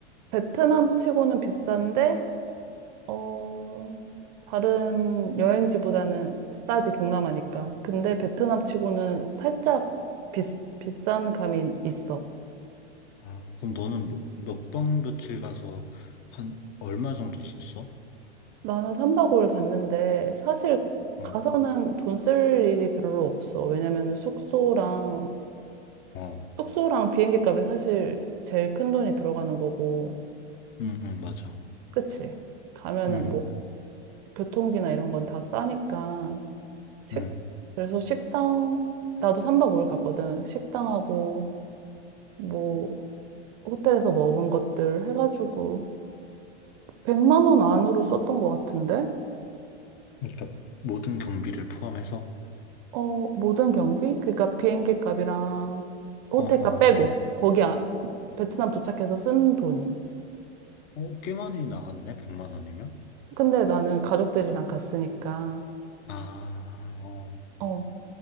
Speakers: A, on the right (about 40°); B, on the left (about 30°).
A: 베트남 치고는 비싼데, 어, 다른 여행지보다는 싸지, 동남아니까. 근데 베트남 치고는 살짝 비, 비싼 감이 있어.
B: 아, 그럼 너는 몇, 몇 박, 며칠 가서 한 얼마 정도 썼어?
A: 나는 3박 5일 갔는데 사실
B: 응.
A: 가서는 돈 쓸 일이 별로 없어. 왜냐면은 숙소랑
B: 어,
A: 숙소랑 비행기 값이 사실 제일 큰 돈이 들어가는 거고.
B: 응, 응, 맞아.
A: 그치? 가면은
B: 응,
A: 뭐 교통비나 이런 건 다 싸니까. 식
B: 응.
A: 그래서 식당 나도 3박 5일 갔거든. 식당하고 뭐 호텔에서 먹은 것들 해가지고 100만 원 안으로 썼던 것 같은데?
B: 그러니까 모든 경비를 포함해서?
A: 어, 모든 경비? 그러니까 비행기 값이랑 호텔
B: 어, 어,
A: 값 빼고
B: 어.
A: 거기 아, 베트남 도착해서 쓴 돈이.
B: 어, 꽤 많이 나갔네, 100만 원이면?
A: 근데 나는 가족들이랑 갔으니까
B: 아, 어.
A: 어,